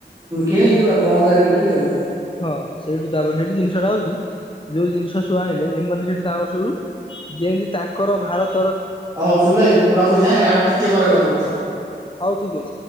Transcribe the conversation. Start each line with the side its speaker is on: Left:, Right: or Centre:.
Right: କିଣିକି ମହଙ୍ଗାରେ ବିକିଲେ ଆଉ।
Left: ହଁ ସେଇଠୁ ତାପରେ ସେଇଠି ଜିନିଷଟା ହଉଛି ଯୋଉ ଜିନିଷ ସବୁ ଆଇଲେ ଏମାନେ ସେଇଠୁ ତାଙ୍କର ସୁରୁ ଯେମିତି ତାଙ୍କର ଭାରତ
Right: ହଉ ସୁଲୁ ଭାଇ ମୁଁ ରଖୁଛିଁ ଆଃ ଆଉ ଟିକେ ପରେ କଲ କରୁଛୁ।
Left: ହଉ ଠିକ ଅଛି।